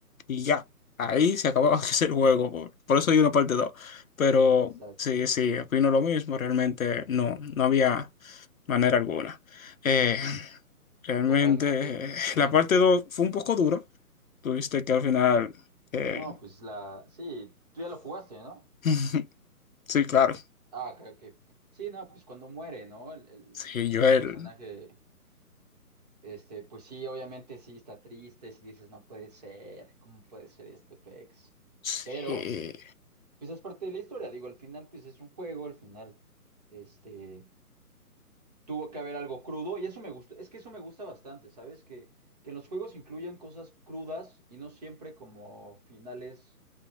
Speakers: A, on the left (about 60°); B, on the right (about 25°).
A: y ya, ahí se acababa <laughs> ese juego, por, por eso hay una parte dos Pero
B: Exacto.
A: sí, sí, opino lo mismo, realmente no, no había manera alguna. Eh, realmente
B: Totalmente, totalmente.
A: <laughs> eh, la parte 2 fue un poco dura, tuviste que al final... eh,
B: No, pues la... Sí, tú ya lo jugaste, ¿no?
A: <laughs> Sí, claro.
B: Ah, creo que... Sí, no, pues cuando muere, ¿no? El, el-
A: Sí,
B: pues
A: Joel.
B: el personaje... Este, pues sí, obviamente sí está triste, si dices, no puede ser, ¿cómo puede ser este pex?
A: Sí.
B: Pero, pues es parte de la historia, digo, al final, pues es un juego, al final, este, tuvo que haber algo crudo, y eso me gusta, es que eso me gusta bastante, ¿sabes? Que, que en los juegos incluyan cosas crudas y no siempre como finales